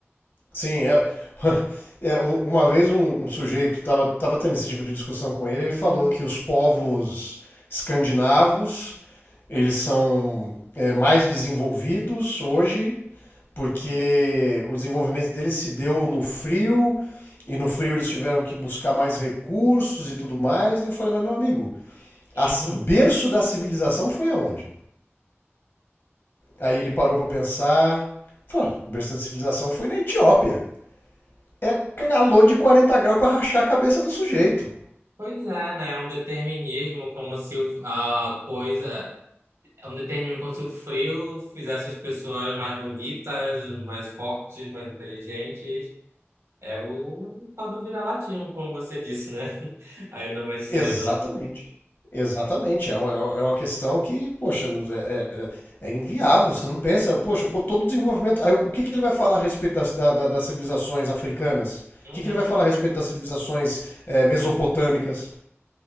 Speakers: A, on the left; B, on the right.
A: Sim, é. <laughs> É, um- uma vez um, um sujeito tava, tava tendo esse tipo de discussão com ele, ele falou
B: Não.
A: que os povos escandinavos, eles são é, mais desenvolvidos hoje, porque o desenvolvimento deles se deu no frio, e no frio eles tiveram que buscar mais recursos e tudo mais. E eu falei, mas meu amigo, a-
B: Uhum.
A: o berço da civilização foi aonde? Aí ele parou pra pensar, falou, "Ah, o berço da civilização foi na Etiópia é calor de 40 graus para rachar a cabeça do sujeito.
B: Pois é, né? é Um determinismo como se o- a coisa. É um determinismo como se o frio fizesse as pessoas mais bonitas, mais fortes, mais inteligentes. É o tal do vira-latismo, como você disse, né? <laughs> Ainda mais cedo.
A: Exatamente. Exatamente. É uma, é uma questão que, poxa, é, é- é inviável. Você não pensa, poxa, com todo o desenvolvimento. Aí, o que, que ele vai falar a respeito das, da- da- das civilizações africanas?
B: Uhum.
A: O que, que ele vai falar a respeito das civilizações é, mesopotâmicas?